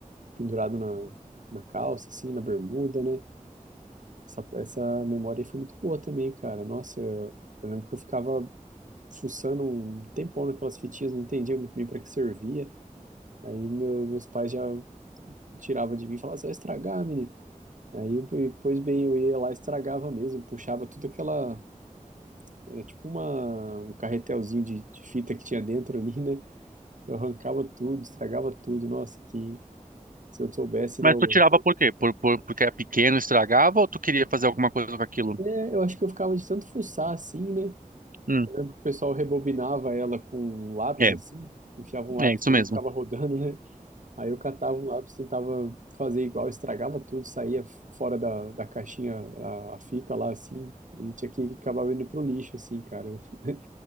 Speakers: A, on the right; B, on the right.
A: pendurado na, na calça, assim, na bermuda, né, essa, essa memória aí foi muito boa também, cara, nossa, eu, eu lembro que eu ficava fuçando um tempão naquelas fitinhas, não entendia muito bem para que servia. Aí meu- meus pais já tiravam de mim e falavam, você vai estragar, menino. Aí, e, pois bem, eu ia lá e estragava mesmo, puxava tudo aquela. Era tipo uma, um carretelzinho de, de fita que tinha dentro ali, né? Eu arrancava tudo, estragava tudo. Nossa, que se eu soubesse,
B: Mas
A: né? Eu,
B: tu tirava por quê? Por, por- porque era pequeno, estragava, ou tu queria fazer alguma coisa com aquilo?
A: é, eu acho que eu ficava de tanto fuçar assim, né?
B: Hum,
A: Eu lembro que o pessoal rebobinava ela com um lápis
B: é,
A: assim, enfiava um lápis
B: é isso
A: dentro
B: mesmo.
A: e ficava rodando, né? Aí eu catava um lápis, tentava fazer igual, estragava tudo, saía fora da, da caixinha a, a fita lá, assim, e tinha que acabar indo pro lixo, assim, cara. <laughs>